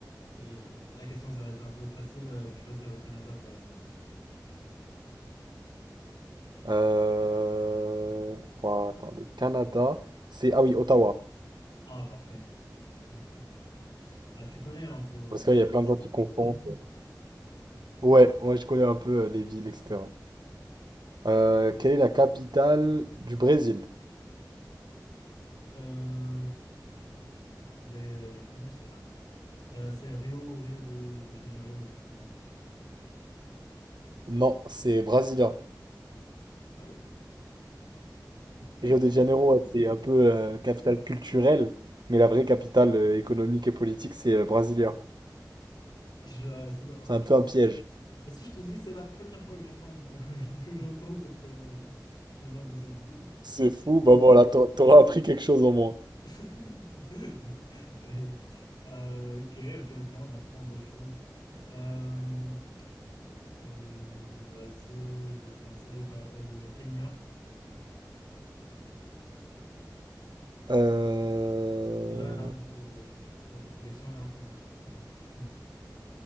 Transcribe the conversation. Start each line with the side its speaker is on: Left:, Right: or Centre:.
Left: euh, la question, ça va être un peu facile. Euh, Je vais choisir le Canada, par exemple.
Right: Euh, voilà, attends, le Canada, c'est... Ah oui, Ottawa.
Left: Ah, parfait. Parfait. Ah, tu connais un peu,
Right: Parce
Left: ouais,
Right: qu'il
Left: j'ai l'impression.
Right: y a plein de gens qui confondent. Ouais, moi je connais un peu euh, les villes, etc. Euh, quelle est la capitale du Brésil?
Left: Euh, les, les connus, celle-là. hein. Euh, c'est Rio, Rio de, de Janeiro, je pense.
Right: Non, c'est Brasilia.
Left: Ah oui?
Right: Rio de Janeiro, ouais, c'est un peu euh, capitale culturelle, mais la vraie capitale euh, économique et politique, c'est euh, Brasilia.
Left: Je-
Right: C'est un peu
Left: c'est-
Right: un piège.
Left: et si je te dis, c'est la première fois que j'entends <laughs> que je- que j'entends cette, euh, le nom de cette ville.
Right: C'est fou, bah voilà, t'a- t'auras appris quelque chose au moins.
Left: <laughs> Oui. Euh, ok, ok, ok, on apprend des choses. Euh, euh, vas-y, j'ai pensé par- euh, Kenya.
Right: Euh...
Left: Celle-là, elle est un- euh, je pense- cette question elle est un peu difficile, je pense.